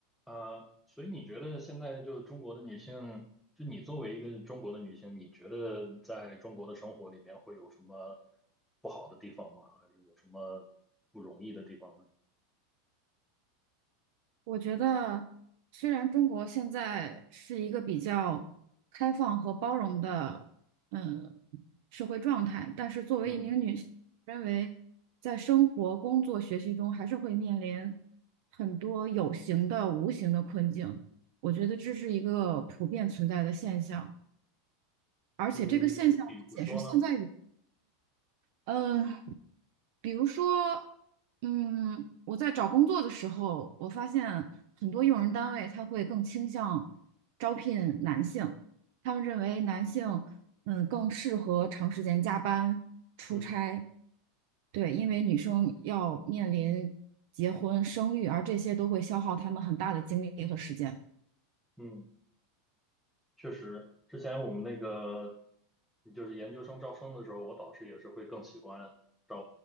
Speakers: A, in the centre; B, on the right (about 60°).
A: 呃，所以你觉得现在就中国的女性，就你作为一个中国的女性，你觉得在中国的生活里面会有什么不好的地方吗？还是有什么不容易的地方呢？
B: 我觉得，虽然中国现在是一个比较开放和包容的，嗯，社会状态，但是作为一名女性，
A: 嗯
B: 认为在生活、工作、学习中还是会面临很多有形的、无形的困境。我觉得这是一个普遍存在的现象，而且这个现象不仅是现在。
A: 嗯，比如说呢？
B: 嗯，比如说，嗯，我在找工作的时候，我发现很多用人单位他会更倾向招聘男性，他们认为男性，嗯，更适合长时间加班、出差，
A: 嗯
B: 对，因为女生要面临结婚、生育，而这些都会消耗他们很大的精力和时间。
A: 嗯。确实，之前我们那个就是研究生招生的时候，我导师也是会更喜欢招